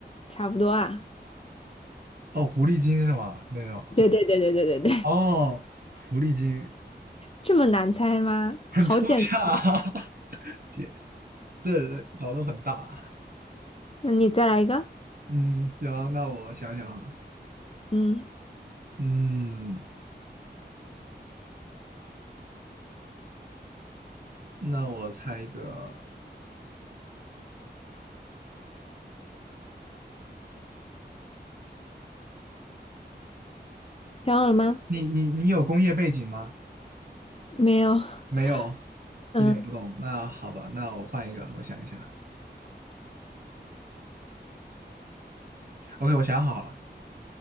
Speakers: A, on the left; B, on the right.
A: 差不多啊。
B: 哦，狐狸精是吗？那种
A: 对对对对对对对，<laughs>
B: 哦，狐狸精
A: 这么难猜吗？
B: 很抽象啊
A: 好简单。
B: <laughs> 姐，这脑洞很大啊。
A: 那你再来一个。
B: 嗯，行，那我想想啊，
A: 嗯，
B: 嗯，那我猜一个，
A: 想好了吗？
B: 你你你有工业背景吗？
A: 没有。
B: 没有，
A: <laughs> 嗯，
B: 一点不懂。那好吧，那我换一个，我想一想。OK，我想好了，